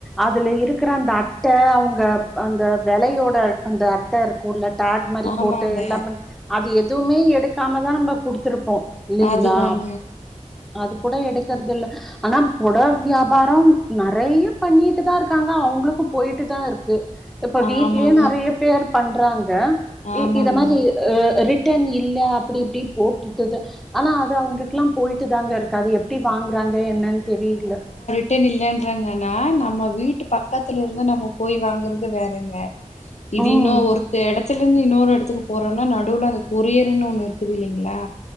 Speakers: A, in the centre; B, on the left.
A: அதுல இருக்குற அந்த அட்ட அவுங்க அந்த வெலையோட அந்த அட்ட இருக்குல டேக் மாரி
B: ஆமாங்க
A: போட்டு எல்லா பன் அது எதுவுமே எடுக்காமதா நம்ப குடுத்துருப்போ. இல்லைங்குளா
B: அதுதாங்க
A: அது கூட எடுக்கறதுல்ல. ஆனா பொடவ் வியாபாரோ நெறையா பண்ணிட்டு தா இருக்காங்க அவங்களுக்கு போயிட்டு தா இருக்கு இப்போ
B: ஆமாங்க
A: வீட்லயு நெறைய பேர் பண்றாங்க
B: ஆமாங்க.
A: இ இத மாரி அ ரிட்டன் இல்ல அப்டி இப்டி போட்டுட்டுது ஆனா அது அவங்களுக்குலா போயிட்டு தாங்க இருக்கு அது எப்டி வாங்குறாங்க என்னன் தெரியில
B: டன் இல்லன்றாங்க ஆனா நம்ம வீட்டு பக்கத்துல இருந்து நம்ம போய் வாங்கறது வேறங்க இது
A: ம்
B: இன்னு ஒருத்த எட த்துலர்ந்து இன்னொரு எடத்துக்கு போறோன்னா நடுவுல அந்த கொரியர்ன்னு ஒன்னு இருக்குது இல்லைங்களா